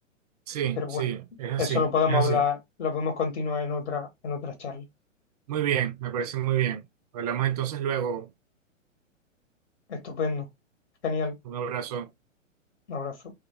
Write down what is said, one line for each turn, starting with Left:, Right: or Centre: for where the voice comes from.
Right: sí,
Left: Pero bueno,
Right: sí, es así,
Left: eso lo podemos
Right: es así.
Left: hablar, lo podemos continuar en otra, en otra charla.
Right: Muy bien, me parece muy bien. Hablamos entonces luego.
Left: Estupendo. Genial.
Right: Un abrazo.
Left: Un abrazo.